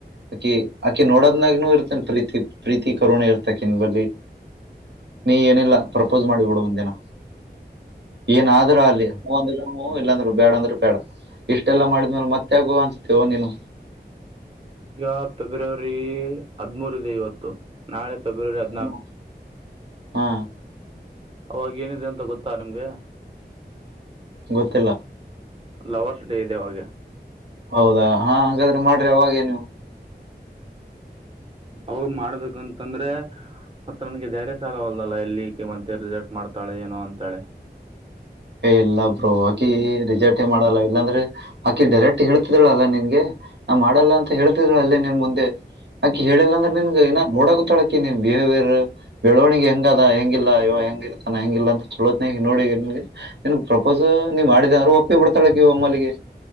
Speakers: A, on the right; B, on the right.
A: ಆಕಿ ಆಕಿ ನೋಡದ್ನಾಗನುೂ ಇರ್ತಾನ್ ಪ್ರೀ ಪ್ರೀತಿ ಕರುಣೆ ಇರ್ತಕನ್ ಬಲ್ಲಿ. ನೀ ಏನಿಲ್ಲ ಪ್ರಪೋಸ್ ಮಾಡ್ಬಿಡು ಒಂದ ದಿನ ಏನಾದ್ರು ಆಗ್ಲಿ. ಹು ಅಂದ್ರ ಹು ಇಲ್ಲಂದ್ರೆ ಬೇಡ ಅಂದ್ರು ಬೇಡ ಇಷ್ಟೆಲ್ಲ ಮಾಡಿದ್ಮೇಲೆ ಮತ್ತೆ ಆಗು ಅನ್ಸುತ್ತೇ ಒಂದಿನ.
B: ಈಗ ಫೆಬ್ರವರಿ ಹದ್ಮೂರು ಇದೆ ಇವತ್ತು ನಾಳೆ ಫೆಬ್ರವರಿ ಹತ್
A: <inaudible> ಹಾ
B: ಅವಾಗ ಏನಿದೆ ಅಂತ ಗೊತ್ತಾ ನಿಮ್ಗೆ.
A: ಗೊತ್ತಿಲ್ಲ.
B: ಲವರ್ಸ್ ಡೇ ಇದೆ ಅವಾಗ.
A: ಹೌದಾ ಹಾ ಹಾಗಾದ್ರೆ ಮಾಡ್ರಿ ಅವಾಗೇನು.
B: ಅವ್ರ ಮಾಡ್ಬೇಕಂ ಕಂದ್ರೆ ಮತ್ ಆವನ್ಗೆ ಧೈರ್ಯ ಸಾಲವಲ್ದಲ್ಲ ಎಲ್ಲಿಕ್ಕೆ ಮತ್ತೆ ರಿಜೆಕ್ಟ್ ಮಾಡ್ತಾಳೆ ಏನೋ ಅಂತೆಳಿ.
A: ಏ ಇಲ್ಲಾ ಬ್ರೋ ಆಕಿ ರಿಜೆಕ್ಟ್ ಮಾಡಲ್ಲ ಇಲ್ಲಾಂದ್ರೆ ಆಕಿ ಡೈರೆಕ್ಟ್ ಹೇಳ್ತಿದಳಲ್ಲ ನಿನ್ಗೆ. ನಾ ಮಾಡಲ್ಲ ಅಂತ ಹೇಳ್ತಿದ್ರ ಅಲ್ಲೇ ನಿನ್ ಮುಂದೆ ಆಕಿ ಹೇಳಿಲ್ಲ ಅಂದ್ರೆ ನಿನ್ -- ಇನ್ನ ನೋಡಕತಳಾಕಿ ನೀನ್ ಬಿಹೇವಿಯರ್ -- ಬೆಳವಣಿಗೆ ಹೆಂಗದ ಹೆಂಗಿಲ್ಲ ಇವ ಹೆಂಗಿರ್ತಾನ ಹೆಂಗಿಲ್ಲ ಅಂತ ಚಲೋತ್ನ ನೋಡಿ ನಿನ್ಗ್ ಪ್ರಪೋಸ್ ನೀವ್ ಮಾಡಿದರು ಒಪ್ಪಿ ಬಿಡ್ತಾಳಾಕಿ ವಮ್ಮಲ್ಗಿ.